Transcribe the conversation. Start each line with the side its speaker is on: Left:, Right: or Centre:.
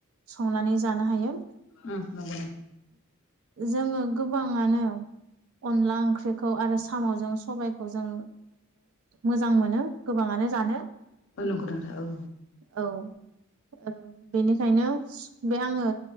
Right: संनानै जानो हायो।
Left: उम नंगौ नोंथां
Right: जोंङो गोबाङांनो अनला ओंख्रिखौ आरो साम'जों सबायखौ जों मोजां मोनो गोबांङानो जानो।
Left: नंगौ नोंथां औ।
Right: औ ओ बेनिखायनो बे आङो